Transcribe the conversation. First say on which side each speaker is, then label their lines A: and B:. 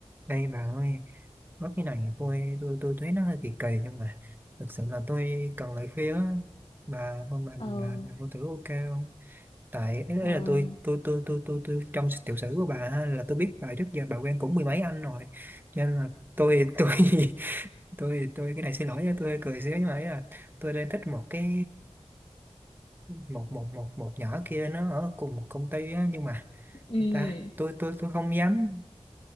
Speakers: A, on the right; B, on the left.
A: Đây bà ơi, có cái này tôi tôi tôi thấy nó hơi kỳ kỳ nhưng mà thực sự là tôi cần lời khuyên á bà không bà,
B: ừ
A: bà, bà có thử ok không? Tại ý là
B: ừ
A: tôi tôi tôi tôi tôi tôi trong tiểu sử của bà á, là tôi biết bà trước giờ bà quen cũng mười mấy anh rồi cho nên là tôi tôi <laughs> tôi tôi cái này xin lỗi nha tôi hơi cười xíu nhưng mà ý là tôi đang thích một cái một một một một nhỏ kia nó ở cùng một công ty á nhưng mà
B: ừ
A: người ta tôi tôi tôi không dám